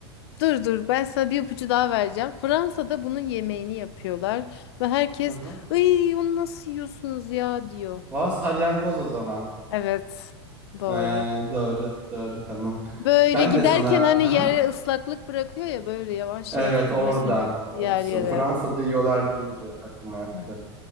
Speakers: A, on the left (about 70°); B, on the right (about 25°).
A: Dur dur ben sana bir ipucu daha vereceğim. Fransa'da bunun yemeğini yapıyorlar ve herkes
B: Hı hı.
A: "Iy onu nasıl yiyorsunuz ya?" diyor.
B: Valla salyangoz o zaman.
A: Evet, doğru.
B: Ee, doğru doğru tamam.
A: Böyle
B: Ben
A: giderken
B: de sana
A: hani
B: hı hı.
A: yere ıslaklık bırakıyor ya böyle yavaş
B: Evet
A: yavaş sürüne
B: oradan.
A: sürüne gitti
B: Abi,
A: yer
B: s-
A: yere.
B: Fransa'da yiyorlar deyince aklıma yattı.
A: Hı